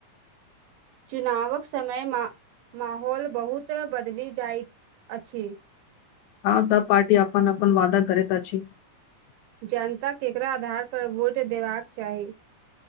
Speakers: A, on the right; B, on the left.
A: चुनावक समय माहौल बहुत बदलि जाइत अछि।
B: हँ सब पार्टी अपनन अपनन वाददा करैत अछि।
A: जनता ककरा आधार पर वोट देबाक चाही।